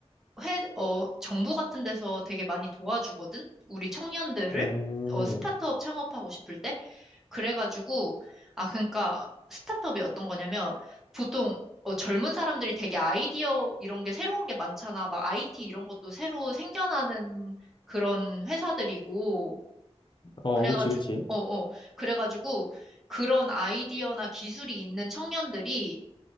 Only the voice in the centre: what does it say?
회, 어, 정부 같은 데서 되게 많이 도와주거든? 우리 청년들을?
어, 스타트업 창업하고 싶을 때? 그래가지고, 아, 그러니까 스타트업이 어떤 거냐면, 보통 어, 젊은 사람들이 되게 아이디어 이런 게 새로운 게 많잖아. 막 IT 이런 것도 새로 생겨나는 그런 회사들이고,
그래가지고,
어, 어. 그래가지고 그런 아이디어나 기술이 있는 청년들이